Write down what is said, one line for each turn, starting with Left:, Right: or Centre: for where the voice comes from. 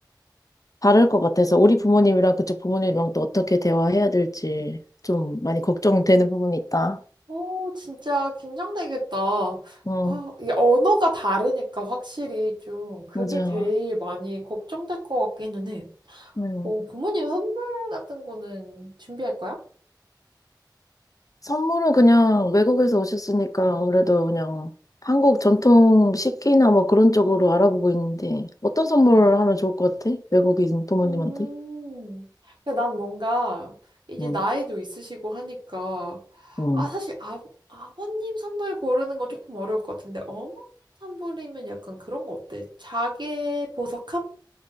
Left: 다를 것 같아서, 우리 부모님이랑 그쪽 부모님이랑 또 어떻게 대화해야 될지 좀 많이 걱정되는 부분이 있다.
Right: 오 진짜 긴장되겠다.
Left: 응,
Right: 아 이게 언어가 다르니까 확실히 좀 그게
Left: 맞아.
Right: 제일 많이 걱정될 것 같기는 해.
Left: 응.
Right: 어, 부모님 선물 같은 거는 준비할 거야?
Left: 선물은 그냥 외국에서 오셨으니까 아무래도 그냥 한국 전통 식기나 뭐 그런 쪽으로 알아보고 있는데 어떤 선물 하면 좋을 것 같아? 외국인 부모님한테?
Right: 음. 그러니까 난 뭔가 이제
Left: 응,
Right: 나이도 있으시고 하니까
Left: 응.
Right: 아 사실 아, 아버님 선물 고르는 거 조금 어려울 것 같은데 어머님 선물이면 약간 그런 거 어때? 자개 보석함?